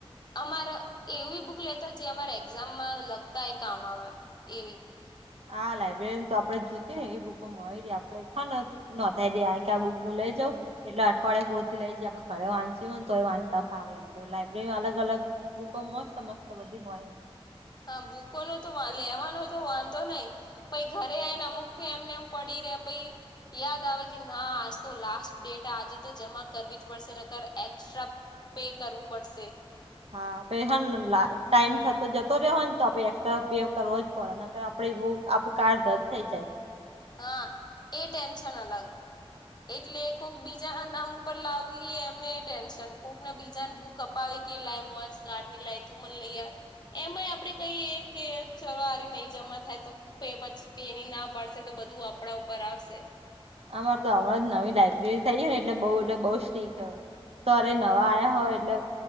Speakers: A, on the left; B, on the right.
A: અમારે એવી બુક લેતા જે અમારે એક્ઝામમાં લગતા એ કામ આવે એવી.
B: હા લાઈબ્રેરી તો આપડે જોતીય ને એ બુકો મળય ર આપડે ખ ન થાય દે કોય આ બુક મું લઈ જાઉ? એટલે અઠવાડયે પૂરથી લઈ જાય. આપડે ઘરે વાંચી્યું હો ને તો એ વાચતા ફાવે એમ તો લાયબ્રેરીમાં અલગ-અલગ બુકો મસ્તસ્ત બધી હોય.
A: હા બુકો નો તો લેવાનો તો વાંધો નહી. પહિ ઘરે આવીઈને અમુક થ એમને એમ પડી રે પ યાદ આવે કે ના આજ તો લાસ્ટ ડેટ આજે તો જમા કરવી જ પડશે ને કર એક્સ્ટ્રા પે કરવું પડશે
B: હા પ હ ટાઈમ થતો જતો રહ્યો હને તો આપે એક્સ્ટ્રા પે કરવો જ આપણે બો, આપણા કાડ રદ થઇ જાય.
A: હા, એ ટેન્શન અલગ. એટલે કોક બીજા નામ ઉપર લાવવી, એ એમનેય ટેન્શન. કોકને બીજાને બુક પાવ કેલાય મુવાજ કાર્ઢની લય તું મ લઇ યાર એમાંય આપડે કહીયએ કે ચલો આરી નહી જમા થાય તો પછી પેની ના પાડશે. તો બધું આપણા ઉપર આવશે.
B: અમાર તો હમણાં જ નવી લાયબ્રેરી થઈ ને એટલે બઉ એટલે બઉ સ્ટીક હ સરે નવા આયા હ એટલે